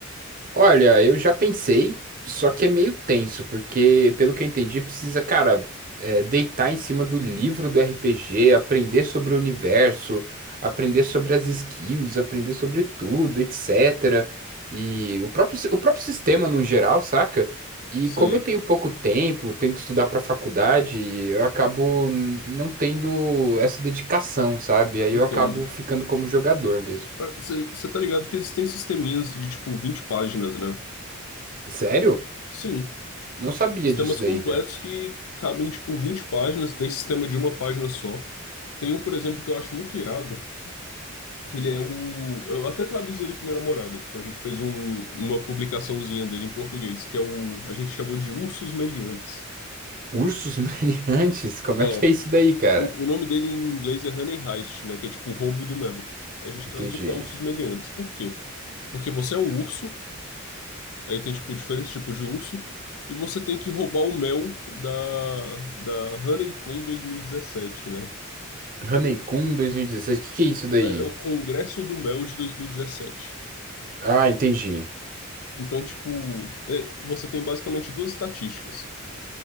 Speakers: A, on the right (about 40°); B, on the left (about 85°).
A: Olha, eu já pensei, só que é meio tenso, porque, pelo que eu entendi, precisa, cara, é, deitar em cima do livro do RPG, aprender sobre o universo, aprender sobre as skills, aprender sobre tudo, etc. E o próprio, si- o próprio sistema no geral, saca? E
B: Sei.
A: como eu tenho pouco tempo, tenho que estudar pra faculdade, eu acabo n- não tendo essa dedicação, sabe? Aí
B: Entendo.
A: eu acabo ficando como jogador mesmo.
B: Ah, Você você tá ligado que existem sisteminhas de tipo 20 páginas, né?
A: Sério?
B: Sim.
A: Não sabia
B: Sistemas
A: disso daí,
B: completos
A: cara.
B: que cabem tipo vinte páginas, tem sistema de uma página só. Tem um, por exemplo, que eu acho muito irado. Que ele é o. Eu até traduzi ele com minha namorada. Tipo, a gente fez um- uma publicaçãozinha dele em português, que é o. A gente chamou de Ursos Meliantes.
A: Ursos <laughs> Meliantes? Como
B: É.
A: é que é isso daí, cara?
B: O, o nome dele em inglês é Honey Heist, né? Que é tipo roubo do mel. A gente
A: Entendi.
B: traduziu para ursos meliantes. Por quê? Porque você é um urso, aí tem, tipo, diferentes tipos de urso, e você tem que roubar o mel da, da Honeycomb 2017, né?
A: Hanekun 2016, o que que é isso daí?
B: É, é o Congresso do Mel de 2017.
A: Ah, entendi.
B: Então, tipo, é, você tem basicamente duas estatísticas.